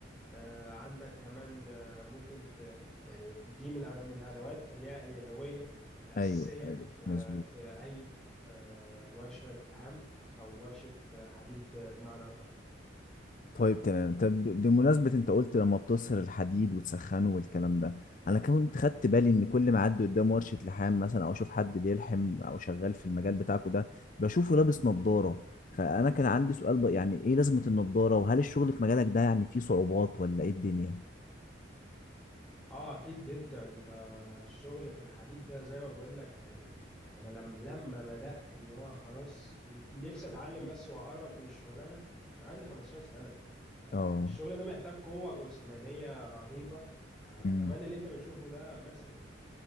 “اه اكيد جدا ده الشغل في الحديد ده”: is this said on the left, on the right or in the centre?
Centre